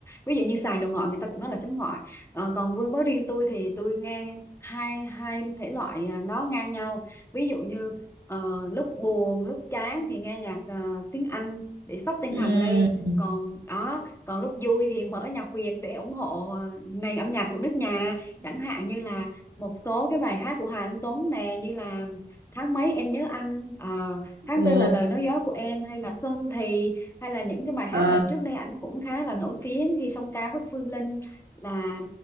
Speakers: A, on the left (about 15°); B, on the right (about 85°).
A: ví dụ như xài đồ ngọi người ta cũng nói là sánh ngọi ờ, còn với, với riêng tôi thì tôi nghe hai hai thể loại à, nó ngang nhau ví dụ như ờ, lúc buồn lúc chán thì nghe nhạc ờ, tiếng Anh để xốc tinh
B: Ừm,
A: thần lên còn đó còn lúc vui thì mở nhạc Việt để ủng hộ à, nền âm nhạc của nước nhà chẳng hạn như là một số cái bài hát của Hà Anh Tuấn nè như là tháng mấy em nhớ anh ờ, tháng
B: ồ,
A: tư là lời nói gió của em hay là xuân thì hay là những cái bài hát
B: ờ,
A: mà trước đây ảnh cũng khá là nổi tiếng Hy Song Ca với Phương Linh là